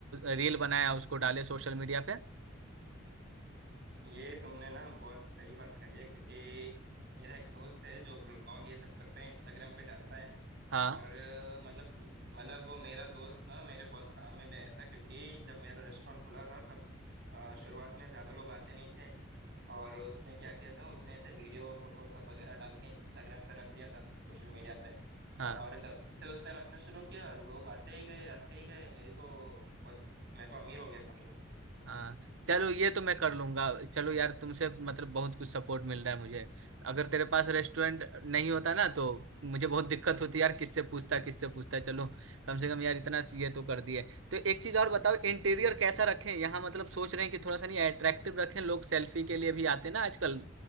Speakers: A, on the right (about 75°); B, on the right (about 55°).
A: रील बनाए उसको डाले सोशल मीडिया पे
B: ये तुमने ना बहुत सही बात करी है क्योंकि मेरा एक दोस्त है जो ब्लॉग ये सब करता है इंस्टाग्राम पे डालता है
A: हाँ
B: और अ, मतलब मतलब वो मेरा दोस्त ना मेरे बहुत काम में भी आया था क्योंकि जब मेरा रेस्टोरेंट खुला था तब अ, शुरुआत में ज़्यादा लोग आते नहीं थे और उसने क्या किया था उसने ऐसे वीडियो फोटो सब वगैरह डाल के इंस्टाग्राम पे रख दिया था सोशल मीडिया पे
A: हाँ
B: और जब से उसने रखना शुरू किया लोग आते ही गए आते ही गए मेरी तो बहुत मैं तो अमीर हो गया समझो
A: हाँ चलो ये तो मैं कर लूंगा चलो यार तुमसे मतलब बहुत कुछ सपोर्ट मिल रहा है मुझे अगर तेरे पास रेस्टोरेंट नहीं होता ना तो मुझे बहुत दिक्कत होती यार किससे पूछता किससे पूछता चलो कम से कम यार इतना ये तो कर दिए तो एक चीज और बताओ इंटीरियर कैसा रखें यहाँ मतलब सोच रहे हैं कि थोड़ा सा नहीं अट्रैक्टिव रखें लोग सेल्फी के लिए भी आते हैं ना आजकल